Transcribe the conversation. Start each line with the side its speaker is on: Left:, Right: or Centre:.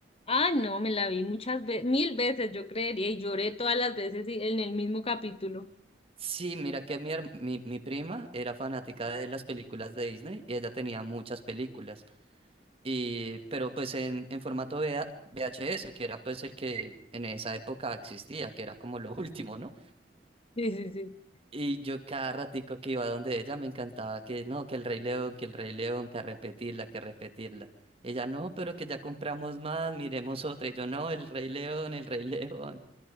Left: Ah, no, me la vi muchas veces, mil veces, yo creería, y lloré todas las veces y- en el mismo capítulo. <laughs>
Right: Sí, mira que mi, herm- mi, mi prima era fanática de las películas de Disney y ella tenía muchas películas. Y, pero pues en, en formato V V A V H VHS, que era pues el que en esa época existía, que era como lo <laughs> último, ¿no?
Left: Sí, sí, sí.
Right: Y yo cada ratico que iba donde ella me encantaba que no, que el Rey León, que el Rey León, que a repetirla, que a repetirla. Ella no, pero que ya compramos más, miremos otra. Y yo no, el Rey León, el Rey <laughs> León.